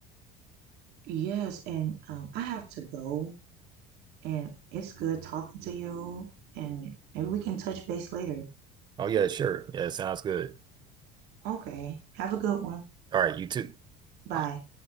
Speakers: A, on the right; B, on the right.
A: Yes, and um, I have to go, and it's good talking to you, and maybe we can touch base later.
B: Oh yeah, sure. Yeah, sounds good.
A: Okay, have a good one.
B: All right, you too.
A: Bye.
B: Bye.